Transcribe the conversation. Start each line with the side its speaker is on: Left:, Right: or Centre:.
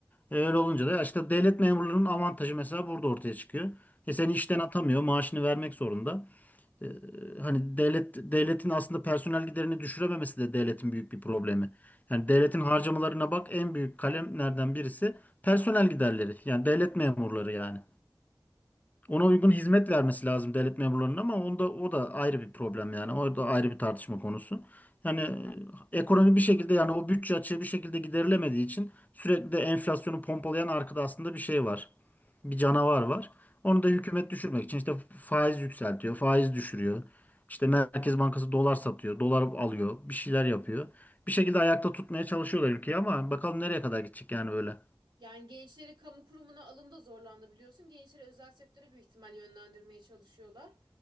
Left: E, Öyle olunca da işte devlet memurlarının avantajı mesela burada ortaya çıkıyor. E seni işten atamıyor, maaşını vermek zorunda. Ee, hani devlet devletin aslında personel giderini düşürememesi de devletin büyük bir problemi. Yani devletin harcamalarına bak en büyük kalemlerden birisi personel giderleri. Yani devlet memurları yani. Ona uygun hizmet vermesi lazım devlet memurlarının ama onda o da ayrı bir problem yani. O da ayrı bir tartışma konusu. Yani e, ekonomi bir şekilde yani o bütçe açığı bir şekilde giderilemediği için sürekli de enflasyonu pompalayan arkada aslında bir şey var bir canavar var. Onu da hükümet düşürmek için işte faiz yükseltiyor, faiz düşürüyor. İşte Merkez Bankası dolar satıyor, dolar alıyor, bir şeyler yapıyor. Bir şekilde ayakta tutmaya çalışıyorlar ülkeyi ama bakalım nereye kadar gidecek yani böyle.
Right: Yani gençleri kamu kurumuna alımda zorlandı biliyorsun. Gençleri özel sektöre büyük ihtimal yönlendirmeye çalışıyorlar.